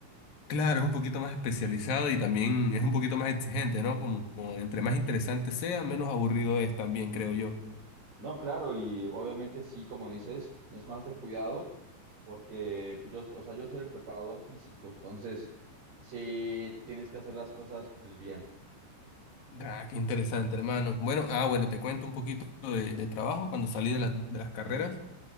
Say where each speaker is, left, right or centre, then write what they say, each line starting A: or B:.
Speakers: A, on the left (about 55°); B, on the right (about 35°).
A: Claro, es un poquito más especializado y también es un poquito más exigente, ¿no? Como, como entre más interesante sea, menos aburrido es también, creo yo.
B: No, claro, y obviamente sí, como dices, es más de cuidado porque pues, yo, o sea, yo soy el preparador físico, entonces sí tienes que hacer las cosas pues bien,
A: Ah, qué interesante, hermano. Bueno, ah, bueno, te cuento un poquito de, de trabajo. Cuando salí de, las de las carreras,
B: ¿sí?